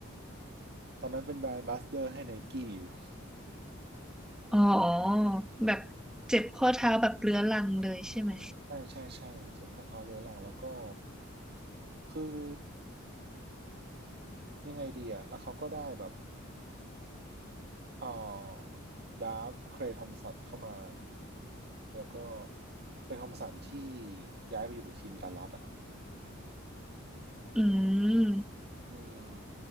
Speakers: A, on the right; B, in the centre.
A: ตอนนั้นเป็นแบรนด์บัสเดอร์ให้ไนกี้อยู่
B: อ๋อแบบ
A: อืม
B: เจ็บข้อเท้าแบบเรื้อรังเลยใช่ไหม
A: ใช่ใช่ใช่เจ็บข้อเท้าเรื้อรังแล้วก็คือยังไงดีอะแล้วเขาก็ได้แบบ อ่อดาร์ฟเครย์ทอมสันเข้ามาแล้วก็เครย์ทอมสันที่ย้ายไปอยู่กับทีมดัลลัสอ่ะ
B: อืม
A: อืม